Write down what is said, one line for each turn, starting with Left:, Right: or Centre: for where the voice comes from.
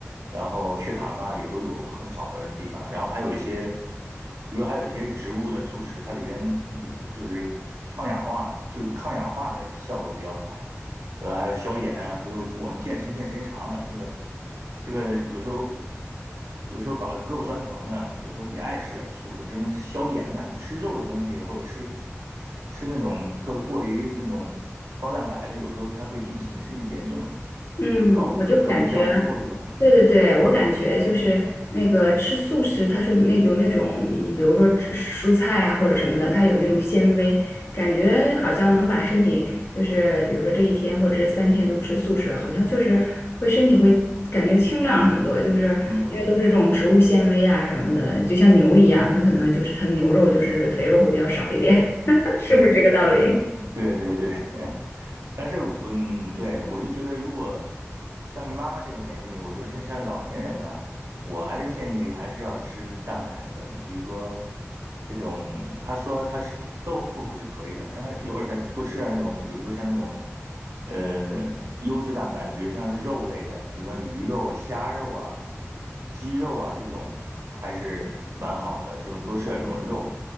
Right: 然后血糖啊也都有很好的地方，然后还有一些，比如还有一些植物的素食，它里边也就是抗氧化，就是抗氧化的效果比较好，主要还有消炎啊，比如我们健身健时间长了，这个这个有时候有时候搞得胳膊酸疼呢，有时候也爱吃点素的，这种消炎呢，你吃肉的东西或者吃吃那种特过于那种高蛋白的，有时候它会引起你的身体炎症比较高，
Left: 嗯，我就感觉，
Right: 所以说你这样通过这个嗯。
Left: 对对对，我感觉就是那个吃素食，它是那有那种，比如说吃蔬菜啊或者什么的，它有那种纤维，感觉好像能把身体，就是比如说这一天或者这三天都吃素食，好像就是会身体会感觉清亮很多，就是因为都是这种植物纤维啊什么的，
Right: 嗯嗯，
Left: 就像牛一样，它可能就是它牛肉就是肥肉会比较少一点，<laughs> 是不是这个道理？
Right: 嗯 <laughs> 对对对，<laughs> 但是嗯，对我就觉得，如果像你妈妈这个年纪，我觉得像像老年人呢，我还是建议还是要吃蛋白的。你比如说这种，他说他吃豆腐是可以的，让他偶尔再多吃点那种，比如说像那种呃优质蛋白的，比如像肉类的，比如像鱼肉啊、虾肉啊、鸡肉啊这种，还是蛮好的。这种多吃点这种肉。